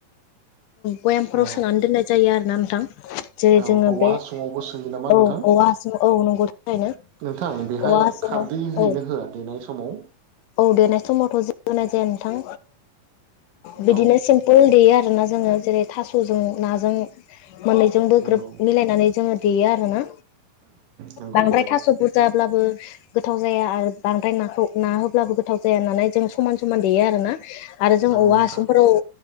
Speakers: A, on the left (about 80°); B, on the right (about 85°).
A: बयामफोराव
B: नंगौ
A: सोनानै दोननाय जायो आरोोना नोंथां जेरै
B: औ
A: जोङो
B: औवा
A: बे
B: हासुङावबो सोयो नामा नोंथां
A: औ औ आस औ नं <unintelligible>
B: नोंथां बेहाय
A: औवा हासुंयाव
B: खारदै होयोना
A: औ
B: होआ देनाय समाव
A: औ देनाय समावथ' होनाय जाया नोंथां बिदिनो
B: औ
A: सिम फोल देयो आरोना जोङो जेरै थास'जों नाजों मोननैजों बो
B: नंगौ
A: ग्रोब मिलायनानै जोङो देयो आरो ना
B: नंगौ
A: बांद्राय
B: नंगौ
A: थास' बुरजाब्लाबो गोथाव जाया आरो बांद्राय नाखौ ना होब्लाबो गोथाव जाया होननानै जों समान समान देयो आरो ना आरो जों
B: नंगौ
A: औवा
B: नोंथां
A: हासुंफोराव